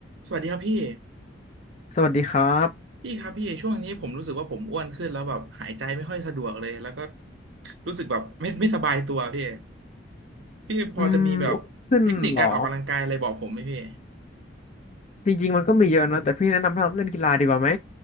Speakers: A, on the right; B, on the left.
A: สวัสดีครับพี่
B: สวัสดีครับ
A: พี่ครับพี่ช่วงนี้ผมรู้สึกว่าผมอ้วนขึ้นแล้วแบบหายใจไม่ค่อยสะดวกเลยแล้วก็รู้สึกแบบไม่ไม่สบายตัวพี่พี่พอจะมีแบบเทคนิคการออกกำลังกายอะไรบอกผมไหมพี่
B: อืมอ้วนขึ้นเหรอจริงๆมันก็มีเยอะนะแต่พี่แนะนำให้เราเล่นกีฬาดีกว่าไหม